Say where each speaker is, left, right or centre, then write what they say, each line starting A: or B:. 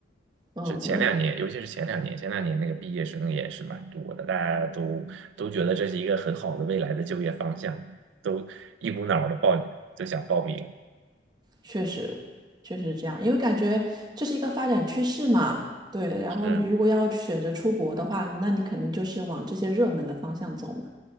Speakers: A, on the right; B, on the right.
A: 嗯，
B: 这前两年，
A: 因为
B: 尤其是前两年，前两年那个毕业生也是蛮多的，大家都都觉得这是一个很好的未来的就业方向，都一股脑的报，就想报名。
A: 确实确实是这样，因为感觉这是一个发展趋势嘛。对，然后你如果要选择出国的话，
B: 是，
A: 那你肯定就是往这些热门的方向走嘛。